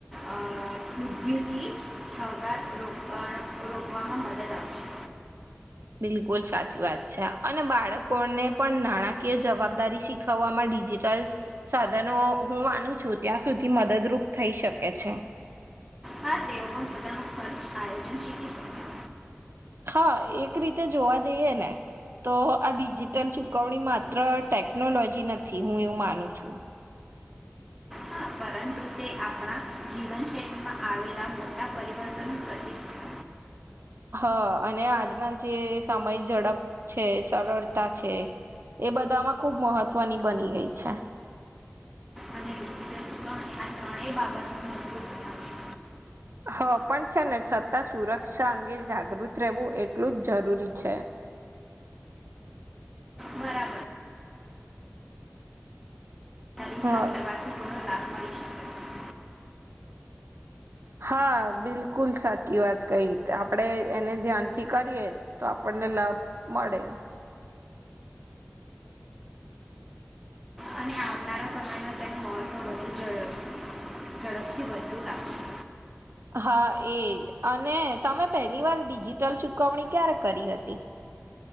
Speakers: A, in the centre; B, on the right.
A: અ બુદ્વિથી થતા રોકણ રોકવામાં મદદ આવશે
B: બિલકુલ સાચી વાત છે અને બાળકોને પણ નાણાકીય જવાબદારી શીખવવામાં ડિજિટલ સાધનો હું માનું છું ત્યાં સુધી મદદરૂપ થઈ શકે છે.
A: હા તેઓ પણ પોતાનું ખર્ચ આયોજન શીખી શકે
B: હા એક રીતે જોવા જઈએ ને તો આ ડિજિટલ ચુકવણી માત્ર ટેકનોલોજી નથી હું એવું માનું છું.
A: હા પરંતુ તે આપણા જીવનશૈલીમાં આવેલા મોટા પરિવર્તનનું પ્રતીક છે.
B: હા અને આજના જે સમય ઝડપ છે સરળતા છે એ બધામાં ખુબ મહત્વની બની ગઈ છે.
A: અને ડિજિટલ ચૂકવણી આ ત્રણેય બાબત મજબૂત બનાવશે
B: હ પણ છે ને છતાં સુરક્ષા અંગે જાગૃત રહેવું એટલું જ જરૂરી છે.
A: બરાબર તારી
B: હા
A: સાથે કરવાથી ઘણો લાભ મળી શકે છે
B: હા બિલકુલ સાચી વાત કહી આપડે એને ધ્યાનથી કરીએ તો આપણને લાભ મળે
A: અને આવનારા સમયમાં તેનું મહત્ત્વ વધુપ ઝડપથી વધુ લાગશે
B: હા એજ અને તમે પહેલી વાર ડિજિટલ ચુકવણી ક્યારે કરી હતી